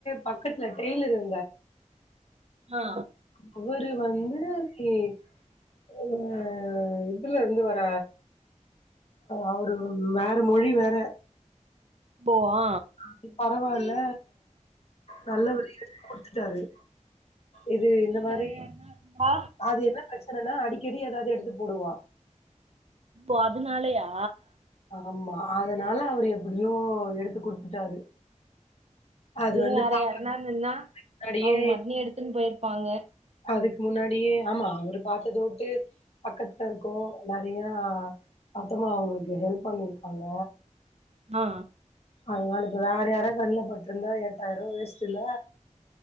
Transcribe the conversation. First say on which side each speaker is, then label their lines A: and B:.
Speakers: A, on the left (about 55°); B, on the right (about 55°).
A: பக்கத்துல டெய்லரு இருந்தா
B: ஆ
A: அவரு வந்து நி அ இதுல இருந்து வர அவுரு வேற மொழி வேற
B: போ ஆ
A: அது பரவால்ல நல்லவரு குடுத்துட்டாரு இது இந்த
B: இதே வேற
A: மாரி
B: யாருனா
A: அது என்ன பிரச்சனனா அடிக்கடி எதாது எடுத்து போடுவா
B: ஓ அதுனாலயா
A: ஆமா அதனால அவரு எப்டியோ எடுத்து குடுத்துட்டாரு அது
B: இது
A: வந்து
B: வேற
A: பா
B: யாரன்னா நின்னா
A: முன்னாடியே
B: அவங்க பாட்டுனு எடுத்துன்னு போயிருப்பாங்க
A: அதுக்கு முன்னாடியே ஆமா அவரு பாத்தது ஓகே பக்கத்துல இருக்கோ நெறையா அத்தமா அவுங்களுக்கு ஹெல்ப் பண்ணிருக்காங்க
B: ஆ
A: அதனால இப்ப வேற யாராது கண்ல பட்ருந்தா எட்டாயிர்பா வேஸ்ட்டு இல்ல